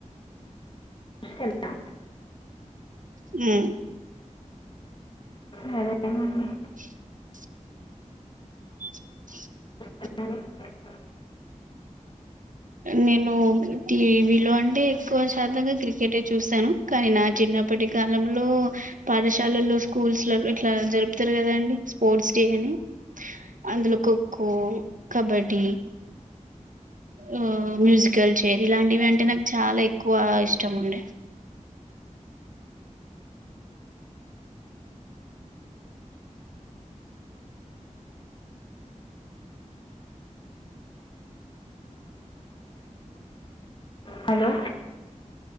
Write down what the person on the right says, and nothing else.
హ్మ్మ్.
<inaudible> <inaudible>
నేను టీవీలో అంటే, ఎక్కువ శాతంగా క్రికెటే చూస్తాను. కానీ నా చిన్నప్పటి కాలంలో, పాఠశాలల్లో, స్కూల్స్ లో, ఇట్లా జరుపుతారు కదాండి, స్పోర్ట్స్ డే అని అందులో ఖోఖో, కబడ్డీ. హ్మ్, మ్యూజికల్ చైర్ ఇలాంటివి అంటే నాకు చాలా ఎక్కువ ఇష్టం ఉండే.